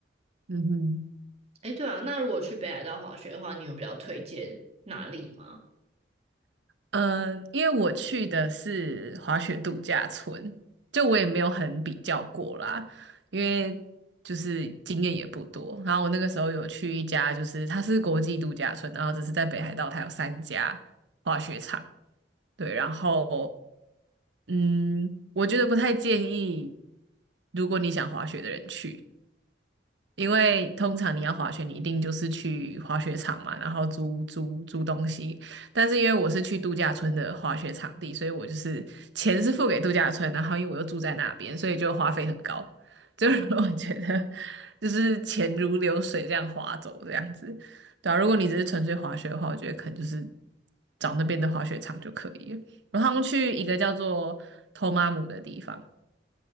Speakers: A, on the right; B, on the right.
A: 嗯哼，
B: 哎，对啊，那如果去北海道滑雪的话，你有比较推荐哪里吗？
A: 嗯，因为我去的是滑雪度假村，就我也没有很比较过啦，因为就是经验也不多。然后我那个时候有去一家，就是它是国际度假村，然后只是在北海道，它有三家滑雪场。对，然后，嗯，我觉得不太建议，如果你想滑雪的人去，因为通常你要滑雪，你一定就是去滑雪场嘛，然后租租租东西。但是因为我是去度假村的滑雪场地，所以我就是钱是付给度假村，然后因为我又住在那边，所以就花费很高。就是 <laughs> 我觉得就是钱如流水这样划走这样子，对啊。如果你只是纯粹滑雪的话，我觉得可能就是找那边的滑雪场就可以了。我好像去一个叫做托马姆的地方，